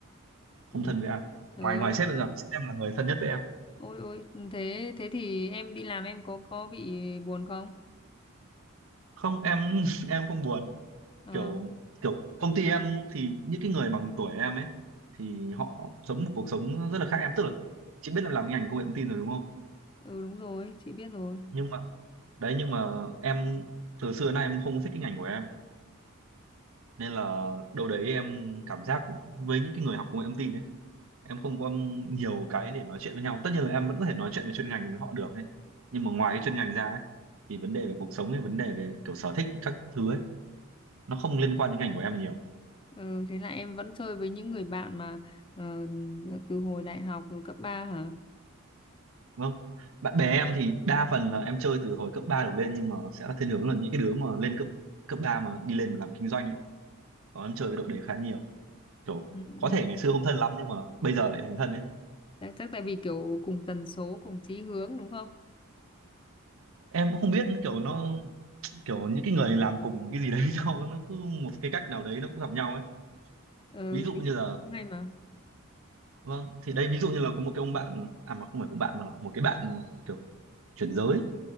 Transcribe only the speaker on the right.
không
thân với ai
ngoài ngoài
sếp em ra sếp em là người thân nhất với em
không em <laughs> em không buồn
kiểu kiểu công ty em thì những cái người bằng tuổi em ấy thì họ sống một cuộc sống rất là khác em tức là chị biết em làm ngành công nghệ thông tin rồi đúng không
nhưng mà đấy nhưng mà em từ xưa đến nay em không có thích cái ngành của em nên là đâu đấy em cảm giác với những cái người học công nghệ thông tin ấy em không có nhiều cái để nói chuyện với nhau tất nhiên là em vẫn có thể nói chuyện về chuyên ngành với họ được ấy nhưng mà ngoài cái chuyên ngành ra ấy thì vấn đề về cuộc sống ấy vấn đề về kiểu sở thích các thứ ấy nó không liên quan đến ngành của em nhiều
Vâng. Bạn bè em thì đa phần là em chơi từ hồi cấp 3 đổ lên nhưng mà sẽ là thiên hướng là những cái đứa mà lên cấp cấp 3 mà đi lên mà làm kinh doanh ấy. Đó em chơi với đội đấy khá nhiều. Kiểu
có
thể ngày xưa không thân lắm nhưng mà bây giờ lại thành thân ấy.
Em cũng không biết kiểu nó kiểu những cái người làm cùng cái gì đấy với <laughs> nhau nó cứ một cái cách nào đấy nó cũng gặp nhau ấy.
Ví dụ
như là
vâng thì đây ví dụ như là có một cái ông bạn à mà không phải ông bạn mà là một cái bạn kiểu chuyển giới